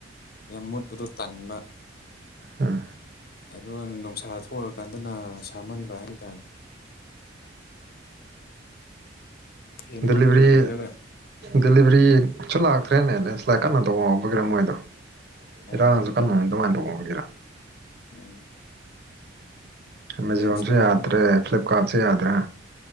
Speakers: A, on the left (about 50°); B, on the right (about 55°).
A: ꯌꯥꯝ ꯃꯣꯠꯄꯗꯣ ꯇꯥꯟꯕ
B: ꯎꯝ
A: ꯑꯗꯨ ꯅꯨꯡꯁꯥ ꯊꯣꯛꯔꯥꯀꯥꯟꯗꯅꯥ ꯁꯥꯃꯟꯕ ꯍꯥꯏꯇꯥꯔꯦ ꯐꯦꯟ
B: ꯗꯂꯤꯚꯔꯤ
A: ꯎꯪꯉꯒ ꯂꯩꯔꯒ
B: ꯗꯦꯂꯤꯚꯔꯤꯁꯨ ꯂꯥꯛꯇ꯭ꯔꯦꯅꯦ ꯂꯦꯟꯁꯂꯥꯏꯘ ꯀꯟꯅꯥ ꯇꯧꯕꯃꯟꯕꯒꯤꯔꯥ ꯃꯣꯏꯗꯣ
A: ꯎꯝ
B: ꯏꯔꯥꯡꯁꯨ ꯀꯟ ꯑꯗꯨꯃꯥꯏꯅ ꯇꯧꯕꯒꯤꯔꯥ
A: ꯎꯝ
B: ꯑꯦꯃꯥꯖꯣꯟꯁꯨ
A: ꯂꯦꯟꯁ꯭ꯂꯥꯏꯠ
B: ꯌꯥꯗ꯭ꯔꯦ
A: ꯎꯝ
B: ꯐ꯭ꯂꯤꯞꯀꯥꯔꯠꯁꯨ ꯌꯥꯗ꯭ꯔꯦ